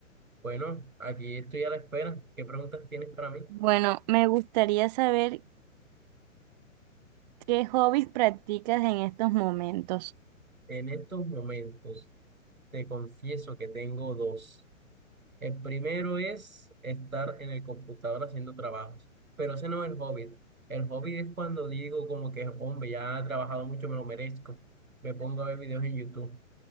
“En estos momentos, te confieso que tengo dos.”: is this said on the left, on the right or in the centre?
Right